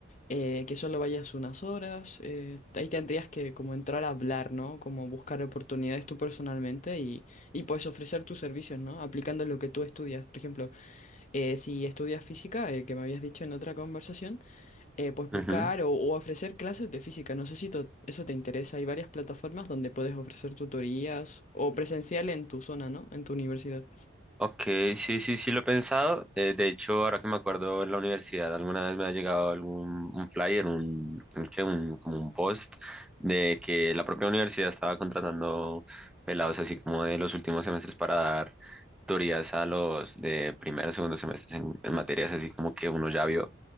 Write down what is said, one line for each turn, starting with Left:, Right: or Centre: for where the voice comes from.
Left: eh, que solo vayas unas horas. eh, ahí tendrías que como entrar a hablar, ¿no? Como buscar oportunidades tú personalmente y, y puedes ofrecer tus servicios, ¿no? Aplicando lo que tú estudias. Por ejemplo, eh, si estudias física, eh, que me habías dicho en otra conversación eh, pues buscar
Centre: Ujú.
Left: o, o ofrecer clases de física. No sé si to- eso te interesa. Hay varias plataformas donde puedes ofrecer tutorías o presencial en tu zona, ¿no? En tu universidad.
Centre: Ok, sí, sí, sí lo he pensado. Eh, de hecho, ahora que me acuerdo en la universidad, alguna vez me ha llegado algún un flyer, un, un qué, un- como un post de que la propia universidad estaba contratando pelados así como de los últimos semestres para dar tutorías a los de primero o segundo semestres en, en materias así como que uno ya vio